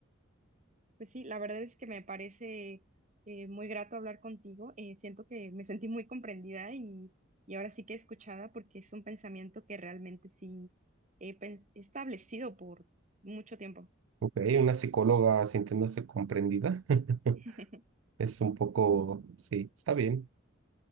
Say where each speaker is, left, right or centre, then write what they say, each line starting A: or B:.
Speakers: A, on the right; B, on the right.
A: Pues sí, la verdad es que me parece eh, muy grato hablar contigo. Eh, siento que me sentí muy comprendida y, y ahora sí que escuchada porque es un pensamiento que realmente sí he pen- he establecido por mucho tiempo.
B: Ok, una psicóloga sintiéndose comprendida <laughs>
A: <laughs>
B: es un poco, sí, está bien,